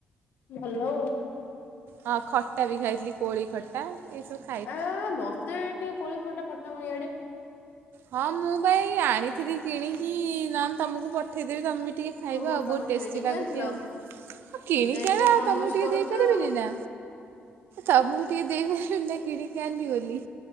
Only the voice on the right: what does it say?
ହଁ ଖଟ୍ଟା ବି ଖାଥିଲି କଳି ଖଟ୍ ହାଁ ଏସଗ୍
ହଁ ମୁଁ ଭାଇ ଆଣିଥିଲି କିଣିକି ନହେଲେ ତମକୁ ପଠେଇଦେବି ତମେ ଟିକେ ଖାଇବ
ଆଉ
ବହୁତ ଟେଷ୍ଟି
ଲାଗୁଛି
ଆଉ। ହଁ କିଣିକି
ଆଣ
ଆଉ ତମକୁ ଟିକେ
ଦେଇପାରିବିନି
ନା। ତମକୁ ଟିକେ ଦେଇପାରିବିନି ନା କିଣି କି ଆଣିଲି ବୋଲି।